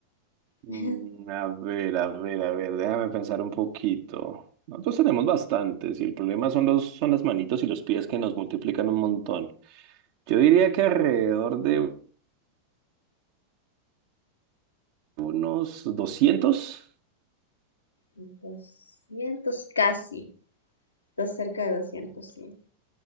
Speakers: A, on the right; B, on the left.
A: Mm,
B: <laughs>
A: a ver, a ver, a ver, déjame pensar un poquito. Nosotros tenemos bastantes y el problema son los, son las manitos y los pies que nos multiplican un montón. Yo diría que alrededor de unos doscientos
B: 200, casi, está cerca de 200, sí.